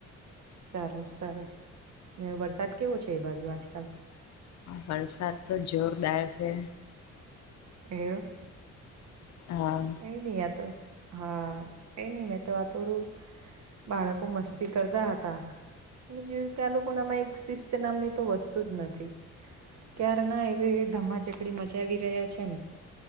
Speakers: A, on the right; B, on the left.
A: સરસ સરસ ને વરસાદ કેવો છે, એ બાજું આજકાલ?
B: વરસાદ તો જોરદાર છે.
A: એવું.
B: હા.
A: કઈ નઈ આ તો હા, કઈ નઈ મે તો આ થોડું બાળકો મસ્તી કરતા હતા જેયું કે આ લોકો નામાં એક શિસ્ત નામની તો વસ્તુ જ નથી. ક્યારે ના એવી ધમ્માચકડી મચાવી રહ્યા છે. કે ને